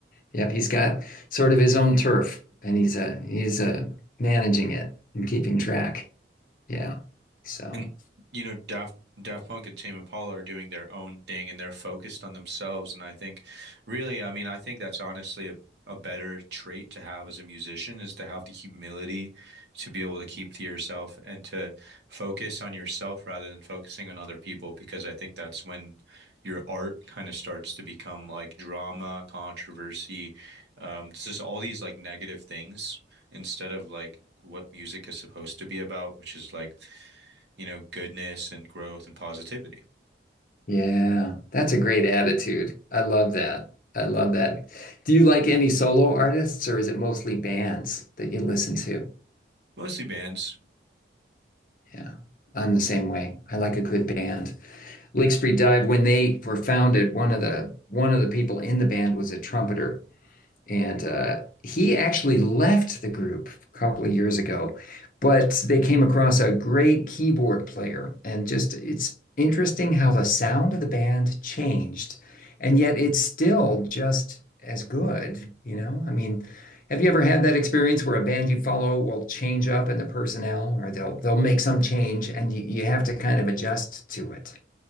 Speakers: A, on the left; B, on the right.
A: Yep, he's got sort of his own turf, and he's uh he's uh managing it and keeping track. Yeah. So,
B: And you know, Daft Daft Punk and Tame Impala are doing their own thing and they're focused on themselves. And I think really, I mean, I think that's honestly a, a better trait to have as a musician is to have the humility to be able to keep to yourself and to focus on yourself rather than focusing on other people, because I think that's when your art kind of starts to become like drama, controversy, um, it's just all these like negative things instead of like what music is supposed to be about, which is like you know, goodness and growth and positivity.
A: yeah, that's a great attitude. I love that. I love that. Do you like any solo artists, or is it mostly bands that you listen to?
B: Mostly bands.
A: Yeah, I'm the same way. I like a good band. Lake Street Dive, when they were founded, one of the one of the people in the band was a trumpeter. And uh, he actually left the group a couple of years ago, but they came across a great keyboard player. And just it's interesting how the sound of the band changed, and yet it's still just as good, you know? I mean, have you ever had that experience where a band you follow will change up in the personnel, or they'll they'll make some change, and you, you have to kind of adjust to it?